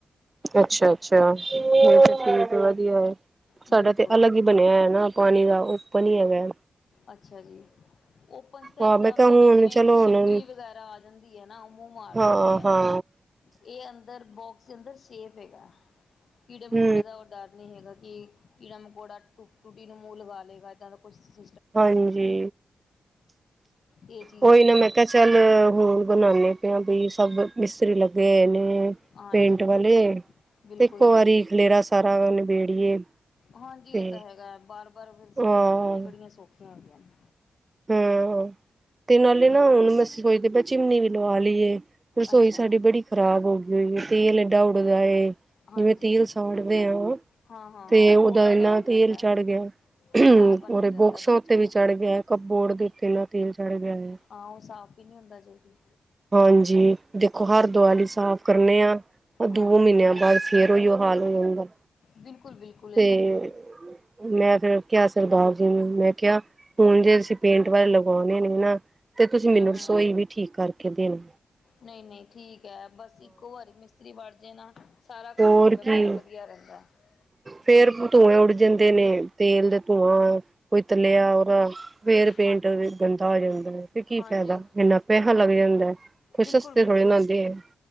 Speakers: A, on the right (about 30°); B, on the left (about 65°).
A: ਅੱਛਾ, ਅੱਛਾ ਇਹ
B: ਹਾਂਜੀ
A: ਤਾਂ ਠੀਕ ਵਧੀਆ ਏ
B: ਬਿਲਕੁਲ
A: ਸਾਡਾ ਤੇ ਅਲੱਗ ਹੀ ਬਣਿਆ ਹੈ ਨਾ ਪਾਣੀ ਦਾ ਉੱਪਨ ਹੀ ਹੈਗੈ।
B: ਅੱਛਾ ਜੀ। ਓਪਨ ਚ ਤਾਂ
A: ਹਾਂ
B: ਏਦਾਂ
A: ਮੈਂ
B: ਹੁੰਦਾ
A: ਕਿਹਾ ਹੁਣ
B: ਨਾ ਜਿਵੇਂ
A: ਚਲੋ
B: ਇੱਕ ਛਿਪਕਲੀ
A: ਹੁਣ
B: ਵਗੈਰਾ ਆ ਜਾਂਦੀ ਹੈ ਨਾ ਉਹ ਮੂੰਹ ਮਾਰ
A: ਹਾਂ-ਹਾਂ,
B: ਦਿੰਦੀ ਐ। ਇਹ ਅੰਦਰ ਬੋਕਸ ਅੰਦਰ ਸੇਫ ਹੈਗਾ ਕੀੜੇ ਮਕੌੜੇ
A: ਹੂੰ
B: ਦਾ ਉਹ ਡਰ ਨਹੀਂ ਹੈਗਾ, ਕਿ ਕੀੜਾ ਮਕੌੜਾ ਟੁਕ ਟੁਟੀ ਨੂੰ ਮੂੰਹ ਲਗਾ ਲਏਗਾ ਇੱਦਾਂ ਦਾ ਕੁਛ <inaudible>
A: ਹਾਂਜੀ।
B: ਇਹ ਚੀਜ਼ਾਂ
A: ਉਹੀ
B: ਆ ਜਾ
A: ਨਾ ਮੈਂ ਕਿਹਾ ਚੱਲ ਹੁਣ ਬਣਾਉ ਪਿਆ ਆ, ਬਈ ਸਭ ਮਿਸਤਰੀ ਲੱਗੇ ਹੋਏ ਨੇ। ਪੇ,
B: ਹਾਂਜੀ
A: ਪੇਂਟ ਵਾਲੇ
B: ਬਿਲਕੁਲ
A: ਤੇ ਇੱਕ ਵਾਰੀ ਖਲੇਰਾ ਸਾਰਾ ਨਿਬੇੜੀਏ
B: ਹਾਂਜੀ,
A: ਤੇ
B: ਇਹ ਤਾਂ ਹੈਗਾ ਹੈ ਬਾਰ, ਬਾਰ ਫਿਰ ਸਫਾਈਆਂ
A: ਹਾਂ
B: ਕਰਨੀਆਂ ਕਿਹੜੀਆਂ ਸੌਖੀਆਂ ਹੈਗੀਆਂ ਨੇ
A: ਹੂੰ, ਤੇ ਨਾਲੇ ਨਾ
B: ਨੇ
A: ਹੁਣ ਅਸੀ ਸੋਚਦੇ ਪਏ ਆ ਚਿਮਨੀ ਵੀ ਲਵਾ ਲਈਏ। ਰਸੋਈ
B: ਅੱਛਾ
A: ਸਾਡੀ ਬੜੀ ਖਰਾਬ ਹੋ ਗਈ ਹੋਈ ਏ ਤੇਲ ਏਡਾ ਉੱਡਦਾ ਏ।
B: ਹਾਂਜੀ
A: ਜਿਵੇਂ ਤੇਲ ਸਾੜਦੇ ਹਾਂ,
B: ਹਾਂ ਹਾਂ
A: ਤੇ
B: ਹਾਂ
A: ਉਹਦਾ
B: ਬਹੁਤ
A: ਇੰਨਾ
B: ਹੋ ਜਾਂਦਾ
A: ਤੇਲ
B: ਹੈ,
A: ਚੜ੍ਹ ਗਿਆ। ਅਹ,
B: ਕਾਲਾਪਨ
A: ਉਰੇ
B: ਹੋ ਜਾਂਦਾ
A: ਬੋਕਸਾਂ
B: ਬਹੁਤ
A: ਉੱਤੇ
B: ਜ਼ਿਆਦਾ
A: ਵੀ ਚੜ੍ਹ ਗਿਆ ਹੈ ਕੱਪਬੋਰਡ ਦੇ ਉੱਤੇ ਇ ਤੇਲ ਚੜ੍ਹ ਗਿਆ ਹੈ।
B: ਹਾਂ ਉਹ ਸਾਫ਼ ਵੀ ਨਹੀਂ ਹੁੰਦਾ ਜਲਦੀ
A: ਹਾਂਜੀ, ਦੇਖੋ ਹਰ ਦਵਾਲੀ ਸਾਫ਼ ਕਰਨੇ ਆ।
B: ਹਾਂਜੀ
A: ਦੋ ਮਹੀਨਿਆਂ ਬਾਅਦ ਫਿਰ ੳਇਔ ਹਾਲ ਹੋ ਜਾਂਦਾ।
B: ਬਿਲਕੁਲ, ਬਿਲਕੁਲ। ਇਹ
A: ਤੇ
B: ਤਾਂ ਹੈਗਾ
A: ਮੈਂ ਫੇਿਰ ਕਿਹਾ ਸਰਦਾਰ ਜੀ ਨੂੰ ਮੈਂ ਕਿਹਾ ਹੁਣ ਜੇ ਅਸੀਂ ਪੇਂਟ ਵਾਲੇ ਲਗਾਵਾਉਣੇ ਨੇ ਨਾ ਤੇ ਤੁਸੀਂ ਮੈਨੂੰ
B: ਹੂੰ ਹੂੰ
A: ਰਸੋਈ ਵੀ ਠੀਕ ਕਰਕੇ ਦੇਣਾ।
B: ਨਹੀਂ, ਨਹੀਂ ਠੀਕ ਹੈ ਬਸ ਇੱਕੋ ਵਾਰੀ ਮਿਸਤਰੀ ਵੜ ਜੇ ਨਾ ਸਾਰਾ ਕੰਮ
A: ਹੋਰ
B: ਹੋ ਜਾਵੇ
A: ਕੀ
B: ਤਾਂ ਵਧੀਆ ਰਹਿੰਦਾ। ਹੈ
A: ਫੇਰ ਧੂੰਏ ਉੱਡ ਜਾਂਦੇ ਨੇ ਤੇਲ ਦੇ ਧੂੰਆਂ ਕੋਈ ਤਲਿਆ ਉਹਦਾ। ਫੇਰ ਪੇਂਟ
B: ਹਾਂ
A: ੳਦੇ ਚ ਗੰਦਾ ਹੋ ਜਾਂਦਾ ਹੈ, ਤੇ ਕੀ
B: ਹਾਂਜੀ
A: ਫਾਇਦਾ ਇੰਨਾ ਪੈਸਾ ਲੱਗ ਜਾਂਦੈ। ਕੋਈ
B: ਬਿਲਕੁਲ
A: ਸਸਤੇ
B: ਬਿਲਕੁਲ
A: ਥੋੜੀ ਨ ਆਂਦੇ ਹੈ।